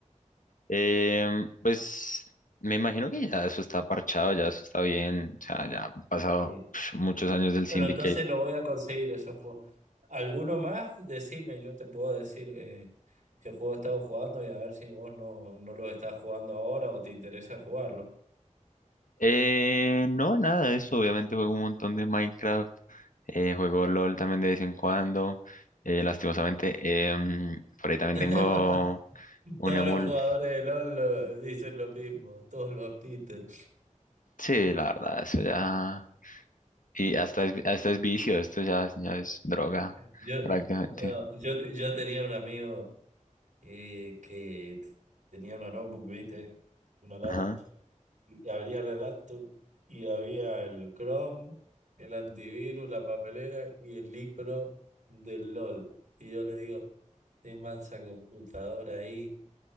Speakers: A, on the left; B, on the right.
A: Em, pues me imagino que ya eso está parchado, ya eso está bien, o sea, ya han pasado
B: Sí.
A: psh, muchos años del Syndicate.
B: Bueno, entonces lo voy a conseguir esos juegos. ¿Alguno más? Decime, yo te puedo decir eh, qué juego he estado jugando y a ver si vos no, no los estás jugando ahora o te interesa jugarlo.
A: Eh, no, nada de eso, obviamente juego un montón de Minecraft, eh, juego LOL también de vez en cuando, eh, lastimosamente, em, por ahí también
B: <laughs>
A: tengo un
B: Todos
A: emul,
B: los jugadores de LOL lo- dicen lo mismo, todos lo admiten.
A: sí, la verdad, eso ya, y hasta es, hasta es vicio, esto ya, ya es droga,
B: Yo,
A: prácticamente.
B: no, yo, yo tenía un amigo eh, que tenía una notebook, ¿viste? Una laptop.
A: Ajá,
B: Y abría la laptop y había el Chrome, el antivirus, la papelera y el icono del LOL. Y yo le digo, de mansa computadora ahí